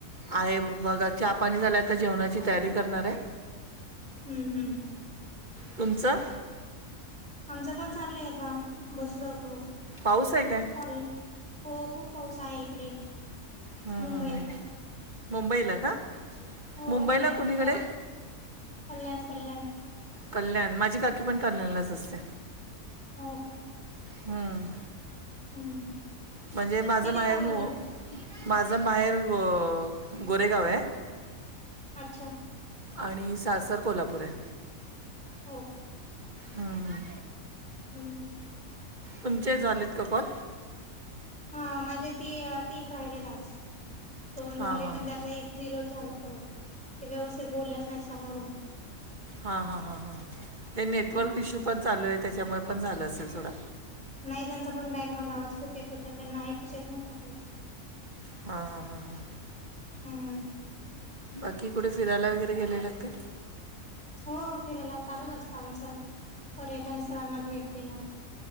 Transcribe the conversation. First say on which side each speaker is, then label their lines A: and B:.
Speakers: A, on the right (about 30°); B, in the centre.
A: आहे बघा. चहा पाणी झालं. आता जेवणाची तयारी करणार हाय
B: हम्म हम्.
A: तुमचं?
B: आमचं पण चाललंय आता, बसलो होतो.
A: पाऊस आहे काय?
B: <inaudible> हो खूप पाऊस आहे इकडे.
A: ह
B: मुंबई
A: हा. मुंबईला का?
B: हो.
A: मुंबईला
B: कल्याण,
A: कुणीकडे
B: कल्याण, कल्याण.
A: कल्याण, माझी काकी पण कल्याणलाच असते.
B: हो.
A: हम्म.
B: हम्म.
A: म्हणजे माझं
B: किती
A: माहेर
B: कॉल
A: मो.
B: झाले
A: माझं माहेर ग गोरेगांव आहे.
B: अच्छा.
A: आणि सासर कोल्हापूर आहे.
B: ओके.
A: हम्म, हम्म.
B: हम्म.
A: तुमचे झालेत का कॉल?
B: ह माझे ती तीन राहिले आज. दोन
A: हां
B: झाले,
A: हां
B: पण
A: हां
B: त्यातला एक झरो झाला. तो ते व्यवस्थित बोलल्याच नाही समोरून.
A: हा हा हा हा. ते नेटवर्क
B: हम्म
A: इश्यू पण चालू आहे, त्याच्यामुळे पण झालं असेल सोडा
B: नाही, त्यांचा पण बॅकग्राऊंड आवाज खूप येत होता. त्यांनाहीपसत नव्हतं काही.
A: हां हां हां हां.
B: हम्म
A: बाकी, कुठे फिरायला वगैरे गेलेलं काय?
B: हो फिरायला चालूच असतं आमचं पर्यटन स्थळांना भेट देणं.